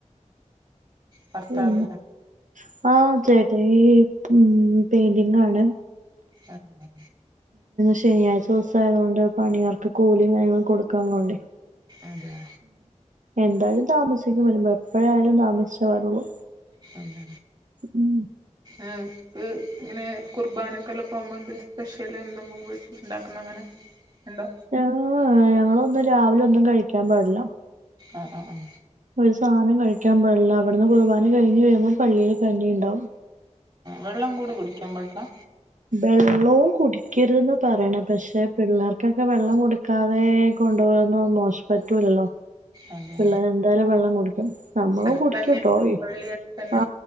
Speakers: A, on the right; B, on the right.
A: ഭർത്താവ്
B: പിന്നെ
A: ഇതാ
B: ആ ചേട്ടായി ഉം പെയിന്റിങ്ങ് ആണ്.
A: അങ്ങനെ
B: ശനിയാഴ്ച ദിവസം ആയതു കൊണ്ട് പണിയർക്ക് കൂലിയും കാര്യങ്ങളും കൊടുക്കാള്ളോണ്ടെയ്
A: അതെയോ
B: എന്തായാലും താമസി ട്ടീക്ക് വരുമ്പോ എപ്പൊഴായാലും താമസിച്ചേ വരുള്ളൂ
A: പറ
B: ഉം
A: ആഹ് ഉം പിന്നേ കുർബാനൊക്കെല്ലാ പോവുമ്പോ എന്ത് സ്പെഷ്യല് എന്തെങ്കും വീട്ടില് ഇണ്ടാക്കുന്നൊ അങ്ങനെ എന്തോ
B: ആഹ് ഞങ്ങളൊന്നും രാവിലെ ഒന്നും കഴിക്കാൻ പാടില്ല
A: ആഹ് ആഹ് ആഹ്
B: ഒരു സാധനം കഴിക്കാൻ പാടില്ല അവിടുന്ന് കുർബാന കഴിഞ്ഞ് കഴിയുമ്പോ പള്ളിയില് കഞ്ഞിയിണ്ടാവും
A: വെള്ളം കൂടി കുടിക്കാൻ പറ്റില്ല
B: വെള്ളവും കുടിക്കരുതെന്ന് പറയണ പക്ഷെ പിള്ളേർക്കൊക്കെ വെള്ളം കൊടുക്കാതെ കൊണ്ടാവാന്ന മോശ പറ്റൂല്ലല്ലോ
A: അതെ
B: പിള്ളേര് എന്തായാലും വെള്ളം കുടിക്കും നമ്മളും
A: അടുത്തന്നെ
B: കുടിക്കുട്ടോ
A: പള്ളി അടുത്തന്നെ
B: ആ